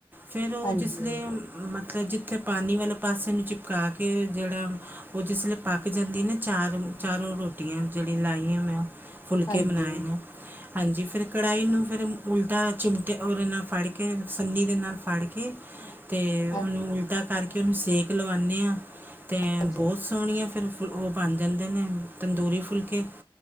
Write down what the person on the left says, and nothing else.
ਹਾਂਜੀ
ਹਾਂਜੀ
ਹਾਂ-
ਹਾਂਜੀ